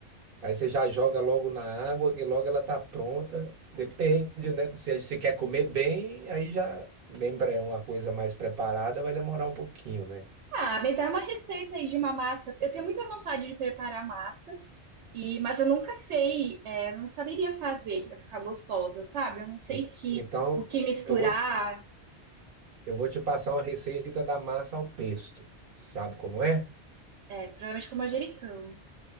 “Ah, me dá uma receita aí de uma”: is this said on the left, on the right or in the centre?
Right